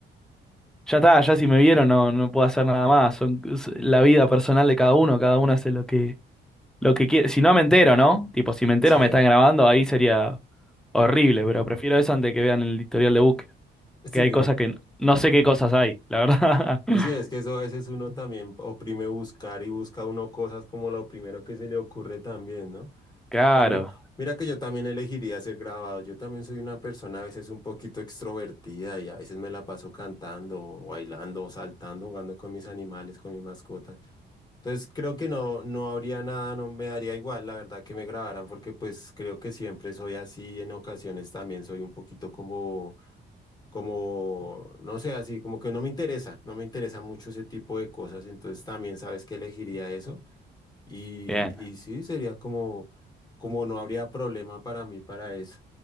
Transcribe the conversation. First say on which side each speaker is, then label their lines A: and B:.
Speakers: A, in the centre; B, on the left.
A: ya está, ya si me vieron no, no puedo hacer nada más. Son, es la vida personal de cada uno, cada uno hace lo que, lo que quiere. Si no me entero, ¿no? Tipo, si me entero
B: sí.
A: me están grabando, ahí sería horrible, pero prefiero eso antes que vean el historial de búsqueda.
B: Sí,
A: Que hay
B: mi-
A: cosas que n- no sé qué cosas hay, la verdad. <laughs>
B: sí, es que eso a veces uno también oprime buscar y busca uno cosas como lo primero que se le ocurre también, ¿no?
A: Claro,
B: A mí- Mira que yo también elegiría ser grabado. Yo también soy una persona a veces un poquito extrovertida y a veces me la paso cantando, o bailando, o saltando, jugando con mis animales, con mis mascotas. Entonces creo que no, no habría nada, no me daría igual, la verdad, que me grabaran, porque pues creo que siempre soy así, en ocasiones también soy un poquito como, como, no sé, así, como que no me interesa, no me interesa mucho ese tipo de cosas, entonces también sabes que elegiría eso. Y,
A: bien.
B: y sí, sería como, como no habría problema para mí para eso.